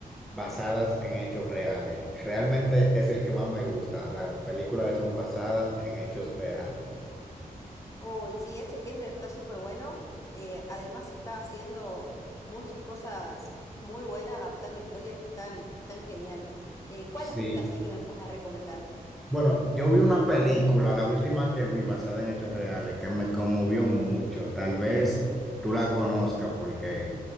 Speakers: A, in the centre; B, on the left.
A: basadas en hechos reales. Realmente es el que más me gusta, las películas que son basadas en hechos reales.
B: Uy, sí, ese género está súper bueno. eh, además está haciendo muchas cosas muy buenas, adaptando historias que están, que están geniales. Eh, ¿cuál
A: Sí.
B: has visto así que me puedas recomendar?
A: Bueno, yo vi una película, la última que vi basada en hechos reales, que me conmovió mucho. Tal vez tú la conozcas porque